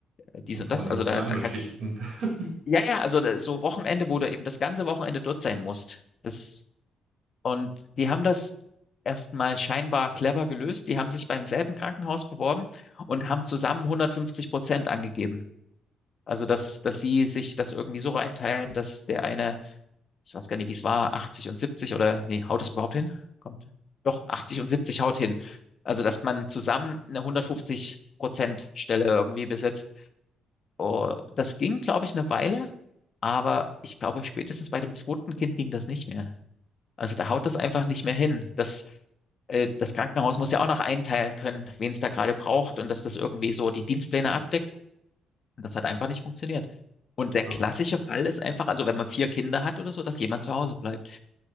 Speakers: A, on the left; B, on the right.
A: äh, dies
B: Und
A: und
B: vor
A: das.
B: allen Dingen
A: Also
B: auch
A: da,
B: lange
A: da kann,
B: Schichten. <laughs>
A: ja, ja, also da- so Wochenende, wo du eben das ganze Wochenende dort sein musst. Das Und die haben das erstmal scheinbar clever gelöst. Die haben sich beim selben Krankenhaus beworben und haben zusammen 150 Prozent angegeben. Also, dass, dass sie sich das irgendwie so reinteilen, dass der eine, ich weiß gar nicht, wie es war, 80 und 70 oder, nee, haut es überhaupt hin? Kommt. Doch, 80 und 70 haut hin. Also, dass man zusammen eine 150 Prozent Stelle irgendwie besetzt. Oh, das ging, glaube ich, eine Weile, aber ich glaube, spätestens bei dem zweiten Kind ging das nicht mehr. Also da haut das einfach nicht mehr hin. Das, äh, das Krankenhaus muss ja auch noch einteilen können, wen es da gerade braucht und dass das irgendwie so die Dienstpläne abdeckt. Und das hat einfach nicht funktioniert. Und der
B: Ja,
A: klassische Fall ist einfach, also wenn man vier Kinder hat oder so, dass jemand zu Hause bleibt.